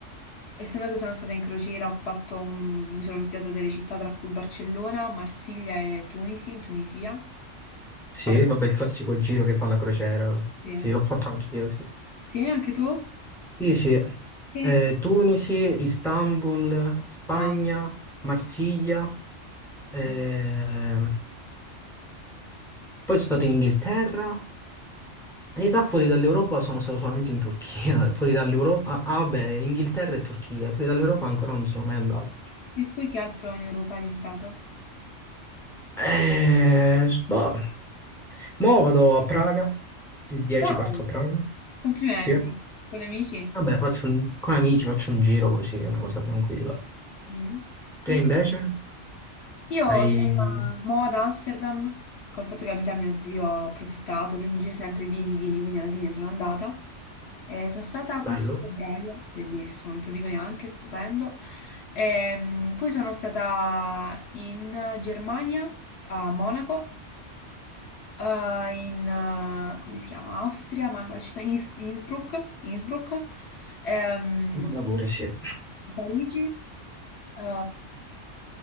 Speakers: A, on the left (about 65°); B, in the centre.
A: essendo che sono stata in crociera, ho fatto un- mi sono visitata delle città tra cui Barcellona, Marsiglia e Tunisi, in Tunisia.
B: Sì,
A: Vabbè,
B: vabbè, il classico giro che fa la crociera.
A: sì.
B: Sì, l'ho fatto anch'io. Sì, sì.
A: Sì, anche tu?
B: Sì, sì.
A: E
B: Eh,
A: cro-
B: Tunisi, Istanbul, Spagna,
A: Ah.
B: Marsiglia. ehm,
A: Mm.
B: Poi sono stato in Inghilterra. In realtà fuori dall'Europa sono stato solamente in Turchia. <laughs> Fuori dall'Europa. Ah, ah, vabbè, Inghilterra e Turchia. Fuori dall'Europa ancora non sono mai andato. cioè.
A: E poi che altro in Europa hai visitato?
B: Eh, s- boh. Mo vado a Praga, il 10
A: Ah,
B: parto a Praga,
A: complimenti,
B: sì.
A: con gli amici?
B: Vabbè, faccio un- con amici faccio un giro così, è una cosa tranquilla.
A: Mm.
B: Te
A: Poi?
B: invece?
A: Io
B: Hai...
A: sono stata mo ad Amsterdam, col fatto che abita mio zio, ho approfittato, lui mi dice sempre vieni, vieni, quindi alla fine sono andata. E sono stata
B: Bello?
A: questo febbraio, bellissimo, non te lo dico neanche, stupendo. Ehm, poi sono stata in Germania, a Monaco, eh, in, eh, come si chiama? Austria, ma no, la città Inns- Innsbruck, Innsbruck, ehm,
B: Bella pure, sì.
A: Parigi, eh,